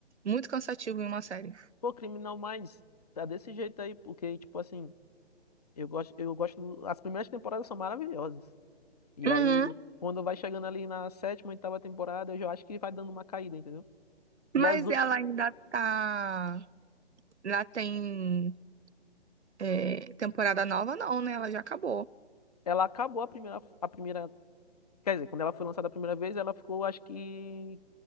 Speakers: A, on the right; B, on the left.
A: muito cansativo em uma série.
B: Pô, Criminal Minds, tá desse jeito aí, porque, tipo assim, eu gosto, eu gosto. As primeiras temporadas são maravilhosas. E
A: Uhum.
B: aí, quando vai chegando ali na sétima, oitava temporada, eu já acho que vai dando uma caída, entendeu? E
A: Mas
B: as últimas.
A: ela ainda tá. lá tem é, temporada nova, não, né? Ela já acabou.
B: Ela acabou a primeira, a primeira. Quer dizer, quando ela foi lançada a primeira vez, ela ficou, acho que